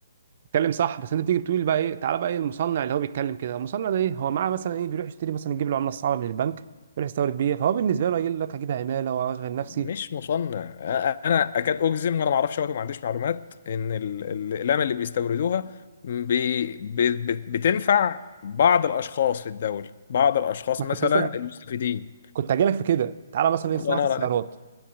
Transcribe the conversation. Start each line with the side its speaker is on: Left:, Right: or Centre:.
Right: بتتكلم صح بس انت بتيجي بتقول بقى ايه تعالى بقى ايه المصنع اللي هو بيتكلم كده المصنع ده ايه هو معاه مثلا ايه بيروح يشتري مثلا يجيب له عمله صعبه من البنك يروح يستورد بيها فهو بالنسبه له يقول لك هجيب عماله واشغل نفسي
Left: مش مصنع أ- انا اكاد اجزم وانا ما اعرفش وقت وما عنديش معلومات ان ال- ال- الاقلام اللي بيستوردوها بي بي بتنفع بعض الاشخاص في الدوله بعض الاشخاص
Right: ما كنت
Left: مثلا
Right: لسه
Left: المستفيدين
Right: كنت هجي لك في كده تعالى مثلا ايه
Left: الله
Right: صناعه
Left: ينور
Right: السيارات
Left: عليك